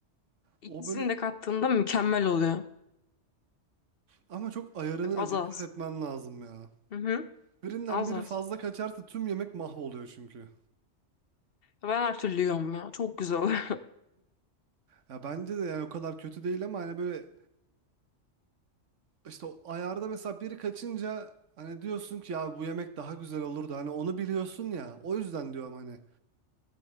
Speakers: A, on the left; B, on the right.
A: İkisini
B: O böyle
A: de kattığında mükemmel oluyor.
B: ama çok ayarına
A: Ve Az
B: dikkat
A: az.
B: etmen lazım ya.
A: Hı hı.
B: Birinden
A: Az
B: biri
A: az.
B: fazla kaçarsa tüm yemek mahvoluyor çünkü.
A: Ben her türlü yiyorum ya. Çok güzel <laughs> oluyor.
B: Ya bence de yani o kadar kötü değil ama hani böyle işte o ayarda mesela biri kaçınca hani diyorsun ki ya bu yemek daha güzel olurdu. Hani onu biliyorsun ya. O yüzden diyorum hani